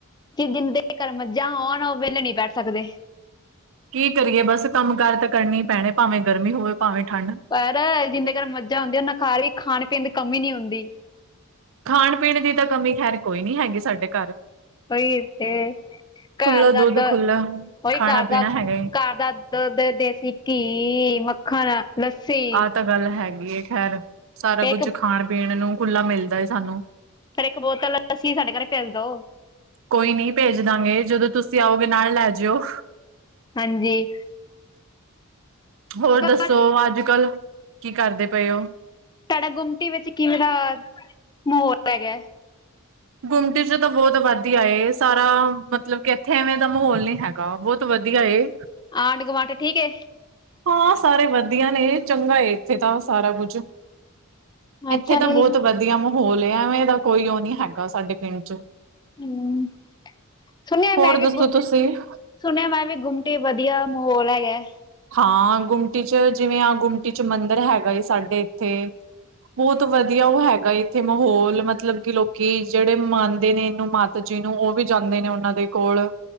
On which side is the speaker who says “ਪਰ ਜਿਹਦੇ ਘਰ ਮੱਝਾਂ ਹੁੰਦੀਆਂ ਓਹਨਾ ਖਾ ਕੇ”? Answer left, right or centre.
Left